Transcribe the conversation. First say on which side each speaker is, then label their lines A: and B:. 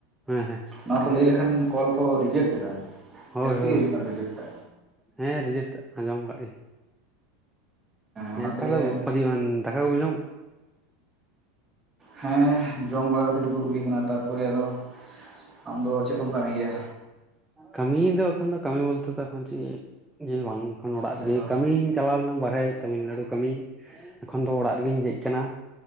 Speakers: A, in the centre; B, on the right (about 20°).
A: ᱦᱮᱸ ᱦᱮᱸ
B: ᱱᱚᱣᱟ ᱠᱚ ᱞᱟᱹᱭ ᱞᱮᱠᱷᱟᱱ ᱠᱚᱞ ᱠᱚ ᱨᱤᱡᱮᱠᱴ ᱮᱫᱟ
A: ᱦᱳᱭ
B: ᱡᱟᱹᱥᱛᱤᱜ
A: ᱦᱳᱭ
B: ᱜᱮ ᱦᱩᱭᱩᱜ ᱠᱟᱱᱟ ᱨᱤᱡᱮᱠᱴ ᱮ
A: ᱦᱮᱸ ᱨᱮᱡᱤᱴ ᱟᱸᱡᱚᱢ ᱟᱠᱟᱫ ᱜᱮᱧᱼᱼ
B: ᱚᱱᱟ
A: ᱦᱮᱸ
B: ᱛᱮᱜᱮ
A: ᱛᱟᱦᱚᱞᱮ ᱵᱷᱟᱹᱜᱤᱼᱟ ᱫᱟᱠᱟ ᱠᱚᱢ ᱡᱚᱢᱼᱼ
B: ᱦᱮᱸ ᱡᱚᱢ ᱵᱟᱲᱟ ᱠᱟᱛᱮ ᱜᱮ ᱫᱩᱲᱩ ᱦᱩᱭ ᱟᱠᱟᱱᱟ ᱛᱟᱨᱯᱚᱨᱮ ᱟᱫᱚ ᱟᱢ ᱫᱚ ᱪᱮᱫ ᱠᱚᱢ ᱠᱟᱹᱢᱤ ᱜᱮᱭᱟ᱾
A: ᱠᱟᱹᱢᱤ ᱫᱚ ᱮᱠᱷᱚᱱ ᱫᱚ ᱠᱟᱹᱢᱤ ᱵᱚᱞᱛᱮ ᱚᱠᱷᱚᱱ ᱪᱮᱫ ᱡᱮ ᱵᱟᱝᱠᱷᱟᱱ ᱚᱲᱟᱜ
B: ᱪᱮᱫ
A: ᱨᱮᱜᱮ
B: ᱟᱫᱚ
A: ᱠᱟᱹᱢᱤᱧ ᱪᱟᱞᱟᱣ ᱞᱮᱱᱟ ᱵᱟᱨᱦᱮ ᱛᱟᱹᱢᱤᱞᱱᱟᱹᱲᱩ ᱠᱟᱹᱢᱤ ᱮᱠᱷᱚᱱ ᱫᱚ ᱚᱲᱟᱜ ᱨᱮᱜᱮᱧ ᱦᱮᱡ ᱟᱠᱟᱱᱟ